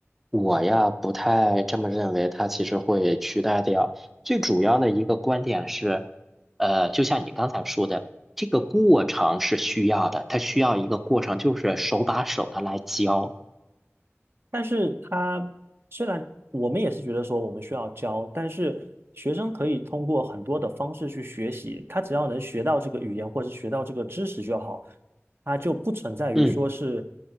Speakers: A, in the centre; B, on the right.
A: 我呀，不太这么认为，它其实会取代掉。最主要的一个观点是，呃，就像你刚才说的，这个过程是需要的，它需要一个过程，就是手把手的来教。
B: 但是他虽然我们也是觉得说我们需要教，但是学生可以通过很多的方式去学习，他只要能学到这个语言或是学到这个知识就好，他就不存在于说是，
A: 嗯，